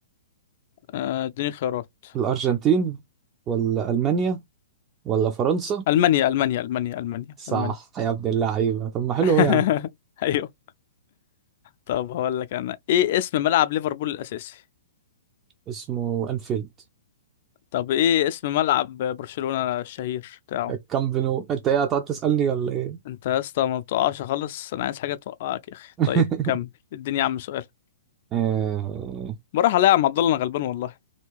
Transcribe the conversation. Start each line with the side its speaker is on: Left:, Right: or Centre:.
Left: آه، اديني خيارات
Right: الارجنتين ولا المانيا ولا فرنسا
Left: المانيا المانيا المانيا المانيا
Right: صح
Left: المانيا
Right: يا ابن اللعيبه طب ما حلو
Left: <laughs>
Right: أهو يا عم
Left: ايوه طب هقول لك انا ايه اسم ملعب ليفربول الاساسي
Right: اسمه انفيلد
Left: طب ايه اسم ملعب برشلونة الشهير بتاعه
Right: كامب نو انت ايه هتقعد تسألني ولا ايه
Left: انت يا اسطى ما بتقعش خالص انا عايز حاجه توقعك يا اخي
Right: <laughs>
Left: طيب كمل اديني يا عم سؤال
Right: آه،
Left: بروح الاقي يا عم عبد الله انا غلبان والله